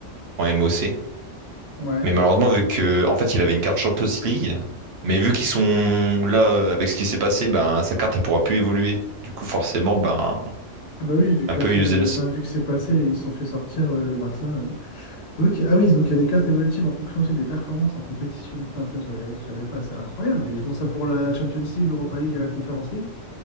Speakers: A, on the right; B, on the left.
A: en MOC.
B: ouais.
A: Mais malheureusement, vu que, en fait, il avait une carte Champions League, mais vu qu'ils sont là euh, avec ce qui s'est passé, ben sa carte elle pourra plus évoluer. Du coup, forcément, ben
B: Ah bah oui, vu
A: un
B: que
A: peu
B: la finale,
A: useless.
B: euh, enfin, vu que c'est passé et ils se sont fait sortir euh, le Barça. euh. Ok, ah oui, donc il y a des cartes évolutives en fonction aussi des performances en compétition. Putain, ça, j'avais, j'avais pas. C'est incroyable. Ils font ça pour la Champions League, l'Europa League et la Conference League.